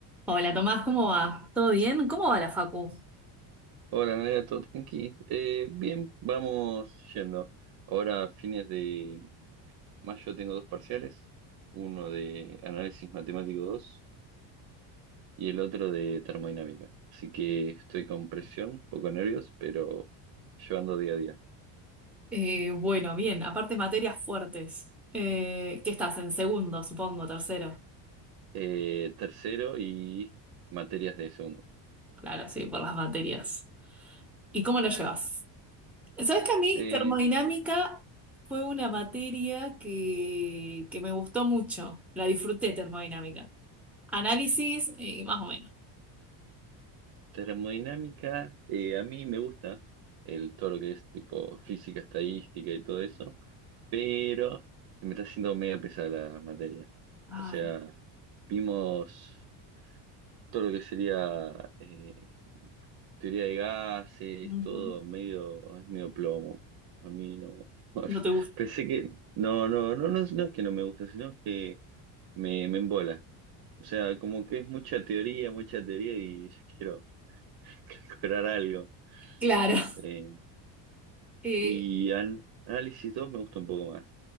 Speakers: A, in the centre; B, on the right.
A: Hola Tomás, ¿cómo va? ¿Todo bien? ¿Cómo va la facu?
B: Hola, Nadia, todo tranqui. Eh, bien, vamos yendo. Ahora, a fines de mayo, tengo dos parciales: uno de análisis matemático dos y el otro de termodinámica. Así que estoy con presión, poco nervios, pero llevando día a día.
A: Eh, bueno, bien, aparte materias fuertes. Eh, ¿qué estás? En segundo, supongo, tercero.
B: Eh, tercero y materias de segundo.
A: Claro, sí, por las materias. ¿Y cómo lo llevas? Sabes que a mí
B: Eh,
A: termodinámica fue una materia que, que me gustó mucho. La disfruté termodinámica. Análisis, eh, más o menos.
B: termodinámica, eh, a mí me gusta el, todo lo que es tipo física, estadística y todo eso. pero me está haciendo medio pesada la materia.
A: Ay,
B: O sea, vimos todo lo que sería eh, teoría de gases,
A: ujú.
B: todo medio, es medio plomo. A mí no. <laughs> bueno,
A: No te gusta.
B: pensé que. No, no, no, no, no es que no me gusta, sino que me, me embola. O sea, como que es mucha teoría, mucha teoría y <laughs> yo quiero lograr algo.
A: Claro. <laughs>
B: Eh,
A: Eh,
B: y an- análisis 2 me gusta un poco más.